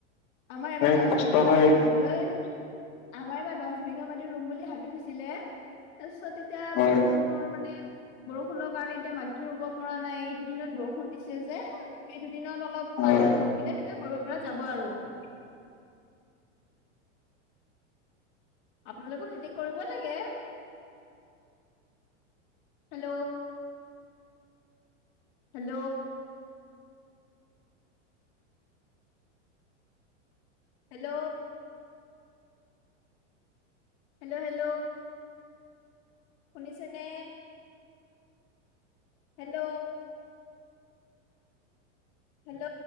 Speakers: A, on the left; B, on the left.
A: আমাৰ এবাৰ
B: এ
A: দচ
B: কষ্ট
A: বিঘা মাটি
B: হয়
A: ৰুবলৈ আমাৰ এইবাৰ দচ বিঘা মাটি ৰুম বুলি ভাবি থৈছিলে৷ তাৰপিছত এতিয়া
B: হয়
A: বৰষুণৰ মানে বৰষুণৰ কাৰণে এতিয়া মাটিতো ৰুব পৰা নাই এই দুদিনত বৰষুণ দিছে যে৷ এই দুদিনত অলপ
B: হয়।
A: পানীটো ৰখিলে তেতিয়া কৰিব পৰা যাব আৰু৷ আপোনালোকো খেতি কৰিব লাগে৷ hello hello hello hello hello শুনিছেনে হেল্ল হেল্ল